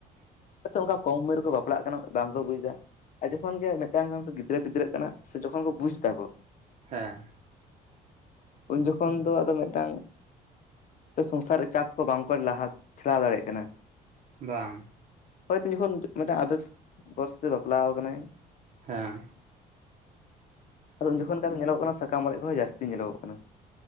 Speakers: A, on the left; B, on the right.
A: ᱚᱱᱠᱟ ᱠᱚᱢ ᱩᱢᱮᱨ ᱨᱮᱠᱚ ᱵᱟᱯᱞᱟᱜ ᱠᱟᱱᱟ ᱵᱟᱝᱠᱚ ᱵᱩᱡᱟ ᱟᱨ ᱡᱚᱠᱷᱚᱱ ᱜᱮ ᱢᱤᱫᱴᱟᱝ ᱜᱤᱫᱽᱨᱟᱹ ᱯᱤᱫᱽᱨᱟᱹᱜ ᱠᱟᱱᱟ ᱥᱮ ᱡᱚᱠᱷᱚᱱ ᱠᱚ ᱵᱩᱡ ᱫᱟ ᱠᱚ
B: ᱦᱮᱸ
A: ᱩᱱ ᱡᱚᱠᱷᱚᱱ ᱫᱚ ᱟᱫᱚ ᱢᱤᱫᱴᱟᱝ ᱥᱮ ᱥᱚᱝᱥᱟᱨ ᱪᱟᱯ ᱠᱚ ᱵᱟᱝᱠᱚ ᱞᱟᱦᱟ ᱪᱷᱟᱞᱟᱣ ᱫᱟᱲᱮᱭᱟᱜ ᱠᱟᱱᱟ
B: ᱵᱟᱝ
A: ᱦᱳᱭ ᱛᱤᱚᱠᱷᱚᱱ ᱢᱤᱫᱴᱟᱝ ᱟᱵᱮᱥ ᱵᱚᱭᱚᱥ ᱛᱮ ᱵᱟᱯᱞᱟ ᱟᱠᱟᱱᱟᱭ
B: ᱦᱮᱸ
A: ᱟᱫᱚ ᱡᱚᱠᱷᱚᱱ ᱠᱟᱛᱮ ᱧᱮᱞᱚᱜᱽ-ᱚᱜ ᱠᱟᱱᱟ ᱥᱟᱠᱟᱢ ᱚᱲᱮᱡ ᱠᱚ ᱡᱟᱹᱥᱛᱤ ᱧᱮᱞᱚᱜᱽ-ᱚᱜ ᱠᱟᱱᱟ